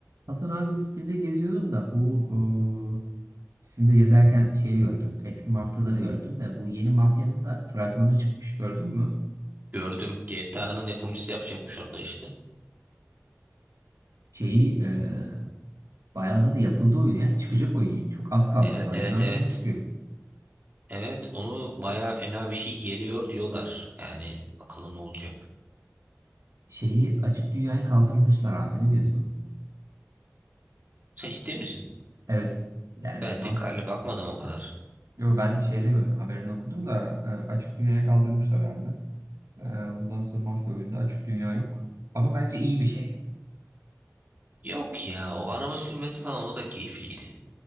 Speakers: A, on the right (about 80°); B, on the right (about 30°).
A: Hasan abi Steam'de geziyordum da bu ıı, Steam'de gezerken şeyi gördüm. Eski mafyaları gördüm de bu yeni mafyanın da fragmanı çıkmış gördün mü?
B: Gördüm. GTA'nın yapımcısı yapacakmış onu da işte.
A: Şeyi e, bayağı da yapıldı oyun ya. Çıkacak oyun. Çok az kaldı.
B: Evet
A: Haziran'da
B: evet. Evet,
A: mı ne çıkıyor?
B: evet onu bayağı fena bir şey geliyor diyorlar. Yani bakalım ne olacak.
A: Şeyi açık dünyaya kaldırmışlar abi. Ne diyorsun?
B: Sen ciddi misin?
A: Evet. Yani
B: Ben
A: maf...
B: dikkatli bakmadım o kadar.
A: Yo ben şeyde gördüm. Haberini okudum da e, açık dünyaya kaldırmışlar abi. E, bundan sonra mafya oyunda açık dünya yok. Ama bence iyi bir şey.
B: Yok ya o araba sürmesi falan o da keyifliydi.